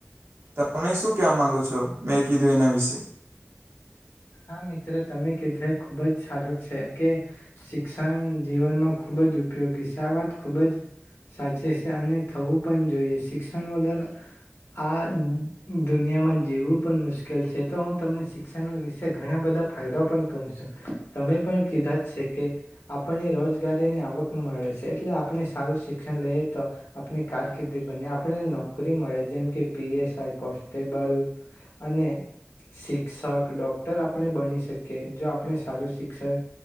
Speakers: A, on the right; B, on the left.
A: તમે શું કેવા માંગુ છ છો, મેં કીધું એના વિશે?
B: હા, મિત્ર તમે કીધા એ ખુબજ સારું છે કે, શિક્ષણ જીવનમાં ખુબજ ઉપયોગી છે. આ વાત ખૂબજ સાચી છે અને થવું પણ જોઈએ, શિક્ષણ વગર આ દુનિયામાં જીવવું પણ મુશ્કેલ છે. તો હુ તમને શિક્ષણ વિશે ઘણા બધા ફાયદા પણ કવ છું. તમે પણ કીધાજ છે કે, આપણને રોજગારીની આવક મળે છે. એટલે આપણે સારું શિક્ષણ લઈએ તો, આપણી કારકિર્દી બને, આપને નોકરી મળે જેમ કે, પી એસ આઈ, કોન્સ્ટેબલ અને શિક્ષક, ડોક્ટર આપણે બણી શકીએ. જો આપણે સારું શિક્ષણ